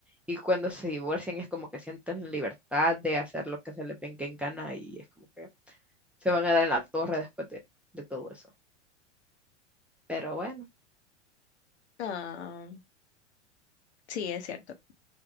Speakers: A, in the centre; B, on the left (about 60°).
A: y cuando se divorcian es como que sienten libertad de hacer lo que se les venga en gana y es como que se van a dar en la torre después de, de todo eso. Pero bueno,
B: Ah, sí, es cierto.